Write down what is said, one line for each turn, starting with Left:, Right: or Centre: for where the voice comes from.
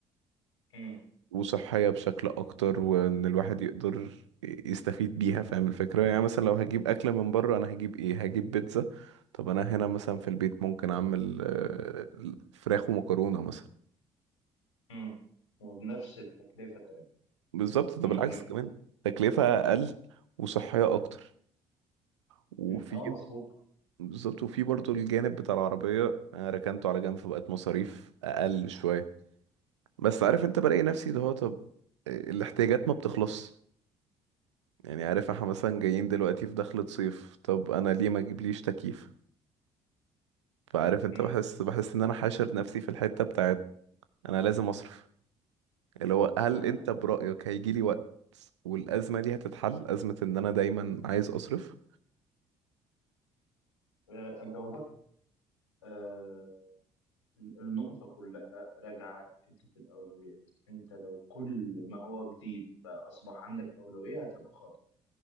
Left: مم.
Right: وصحيه بشكل اكتر وان الواحد يقدر يستفيد بيها فاهم الفكره يعني مثلا لو هجيب اكله من بره انا هجيب ايه هجيب بيتزا طب انا هنا مثلا في البيت ممكن اعمل آه، فراخ ومكرونه مثلا
Left: مم. وبنفس التكلفة تقريبا
Right: بالظبط ده
Left: ممكن
Right: بالعكس
Left: يكون
Right: كمان تكلفة أقل وصحية أكتر وفي
Left: مم. اه مظبوط
Right: بالظبط وفي برضو الجانب بتاع العربية أنا ركنته على جنب فبقت مصاريف أقل شوية بس عارف أنت بلاقي نفسي اللي هو طب آه، الاحتياجات ما بتخلص يعني عارف احنا مثلا جايين دلوقتي في دخلة صيف طب أنا ليه ما أجيبليش تكييف فعارف أنت
Left: مم.
Right: بحس بحس إن أنا حاشر نفسي في الحتة بتاعت أنا لازم أصرف اللي هو هل
Left: معنى
Right: أنت برأيك هيجيلي وقت والأزمة دي هتتحل أزمة إن أنا دايما عايز أصرف
Left: أجاوبك آه، ال- النقطة كلها راجعة لحتة الأولويات أنت لو كل ما هو جديد بقى أصبح عندك أولوية هتبقى خاطئ